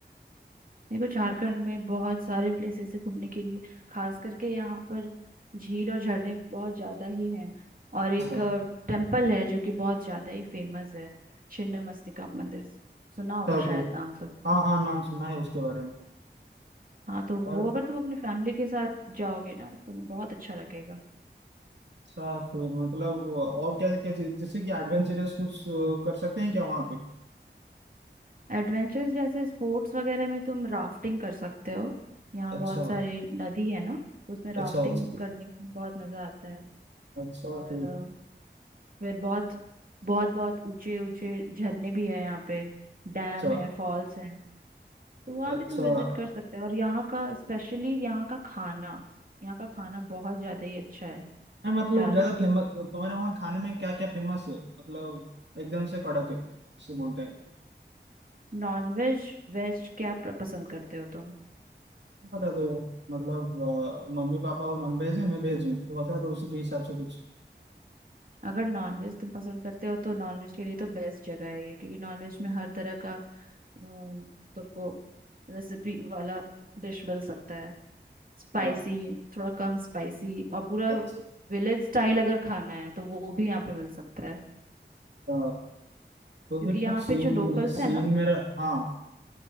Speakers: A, on the right (about 50°); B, on the right (about 70°).
A: देखो झारखंड में बहुत सारे प्लेसेस है घूमने के लिए खास करके यहाँ पर झील और झरने बहुत ज्यादा ही हैं और एक
B: अच्छा
A: टेम्पल है जो कि बहुत ज्यादा ही फेमस है छिन्न मस्तिका मंदिर सुना होगा
B: अच्छा, फिर।
A: शायद नाम तो
B: हाँ हाँ नाम सुना है उसके बारे में
A: हाँ तो
B: और
A: वो अगर तुम अपनी फैमिली के साथ जाओगे ना तो बहुत अच्छा लगेगा
B: साफ रोड मतलब और क्या क्या चीज जैसे कि एडवेंचरस कुछ अ, कर सकते हैं क्या वहाँ पे
A: एडवेंचर्स जैसे स्पोर्ट्स वगैरह में तुम राफ्टिंग कर सकते हो यहाँ
B: अच्छा
A: बहुत सारी नदी है ना तो उसमें राफ्टिंग
B: अच्छा अच्छा
A: करने में बहुत मजा आता है
B: अच्छा
A: और
B: फिर
A: अ, फिर बहुत बहुत बहुत ऊंचे ऊंचे झरने भी है यहाँ पे डैम
B: अच्छा
A: है फॉल्स हैं तो वहाँ
B: अच्छा
A: भी तुम विजिट कर सकते हो और यहाँ का स्पेशली यहाँ का खाना यहाँ का खाना बहुत ज्यादा ही अच्छा है
B: है मतलब
A: झारखंडी
B: ज्यादा फेमस तुम्हारे वहाँ खाने में क्या क्या फेमस है मतलब एकदम से कड़क है जिसे बोलते हैं
A: नॉन वेज वेज क्या प्र- पसंद करते हो तुम
B: नहीं बता दो मतलब अ, मम्मी पापा वो नॉन वेज है मैं वेज हूँ तो बता दो उसी के हिसाब से कुछ
A: अगर नॉनवेज तुम पसंद करते हो तो नॉनवेज के लिए तो बेस्ट जगह है ये क्योंकि नॉनवेज में हर तरह का हम्म, तो वो रेसिपी वाला डिश मिल सकता है स्पाइसी
B: अ,
A: थोड़ा कम स्पाइसी और पूरा
B: अच्छा
A: विलेज स्टाइल अगर खाना है तो वो भी यहाँ पे मिल सकता है
B: अ, तो
A: क्योंकि
B: फिर
A: यहाँ
B: कुछ सीन
A: पे जो लोकल्स
B: सीन
A: है ना
B: मेरा हाँ